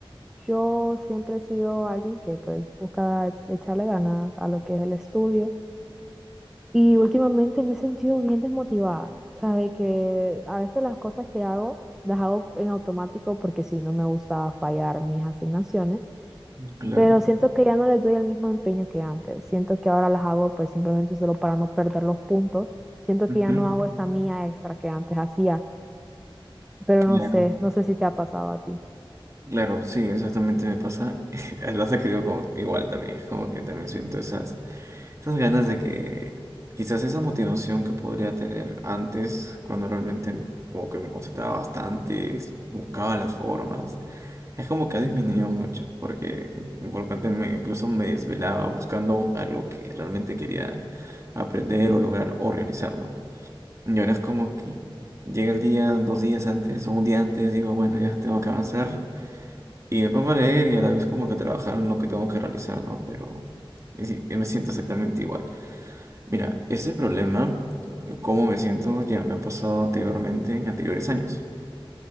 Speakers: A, in the centre; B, on the right (about 35°).
A: yo siempre he sido alguien que pues busca echarle ganas a lo que es el estudio y últimamente me he sentido bien desmotivada, o sea, de que a veces las cosas que hago las hago en automático porque sí, no me gusta fallar mis asignaciones
B: Claro.
A: pero siento que ya no les doy el mismo empeño que antes. Siento que ahora las hago pues simplemente solo para no perder los puntos. Siento
B: ujú,
A: que ya no hago esa mía extra que antes hacía, pero
B: Claro.
A: no sé, no sé si te ha pasado a ti.
B: Claro, sí, exactamente me pasa. <laughs> Lo has escrito como igual también, como que también siento esas. Esas ganas de que quizás esa motivación que podría tener antes, cuando realmente como que me concentraba bastante, es- buscaba las formas, es como que ha disminuido mucho, porque colocante me, incluso me desvelaba buscando algo que realmente quería aprender o lograr o realizar, ¿no? Y ahora es como que llega el día, dos días antes o un día antes, digo, bueno, ya tengo que avanzar. Y me pongo a leer y a la vez como que a trabajar en lo que tengo que realizar, ¿no? Pero me si- me siento exactamente igual. Mira, este problema, cómo me siento, ya me ha pasado anteriormente en anteriores años.